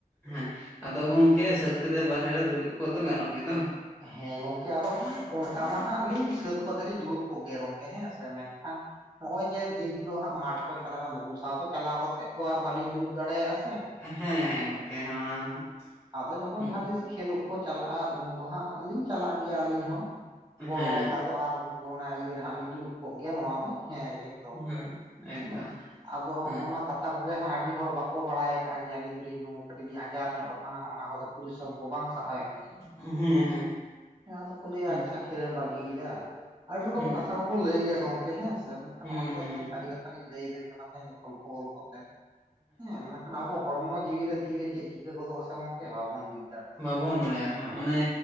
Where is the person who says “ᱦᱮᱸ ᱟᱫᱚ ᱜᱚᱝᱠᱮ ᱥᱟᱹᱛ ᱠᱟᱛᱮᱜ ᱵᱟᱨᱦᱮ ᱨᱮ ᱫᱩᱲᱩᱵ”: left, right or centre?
Centre